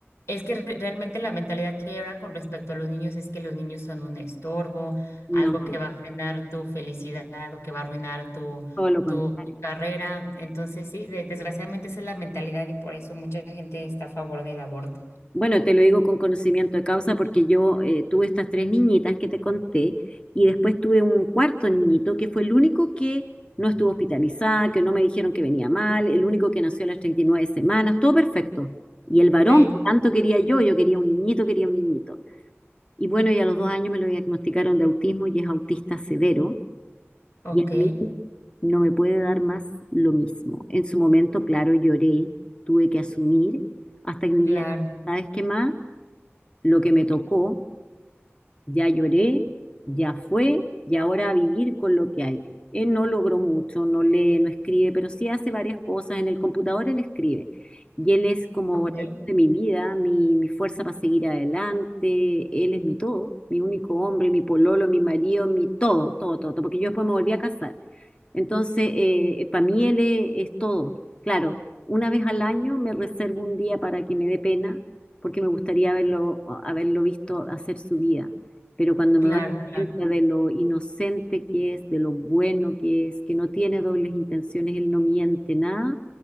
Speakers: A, on the left; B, on the left.
A: Es que re- realmente la mentalidad que hay ahora con respecto a los niños es que los niños son un estorbo,
B: no,
A: algo que va a frenar tu felicidad o que va a arruinar tu,
B: todo lo contrario.
A: tu tu carrera. Entonces, sí, de- desgraciadamente esa es la mentalidad y por eso mucha gente está a favor del aborto.
B: Bueno, te lo digo con conocimiento de causa porque yo eh, tuve estas tres niñitas que te conté y después tuve un cuarto niñito que fue el único que no estuvo hospitalizado, que no me dijeron que venía mal, el único que nació a las 39 semanas, todo perfecto. Y el varón
A: Sí,
B: que tanto quería yo, yo quería un niñito, quería un niñito. Y bueno, y a los dos años me lo diagnosticaron de autismo y es autista severo
A: ok,
B: y a mí no me puede dar más lo mismo. En su momento, claro, lloré, tuve que asumir hasta que un
A: claro,
B: día, ¿sabes qué más? lo que me tocó, ya lloré, ya fue, y ahora a vivir con lo que hay. Él no logró mucho, no lee, no escribe, pero sí hace varias cosas. En el computador él escribe. Y él es como
A: ok,
B: la luz de mi vida, mi, mi fuerza para seguir adelante. Él es mi todo, mi único hombre, mi pololo, mi marido, mi todo, todo, todo, todo, Porque yo después me volví a casar. Entonces, eh, para mí él es, es todo. Claro, una vez al año me reservo un día para que me dé pena, porque me gustaría haberlo, haberlo visto hacer su vida. Pero cuando
A: claro,
B: me doy
A: claro.
B: cuenta de lo inocente que es, de lo bueno que es, que no tiene dobles intenciones, él no miente nada,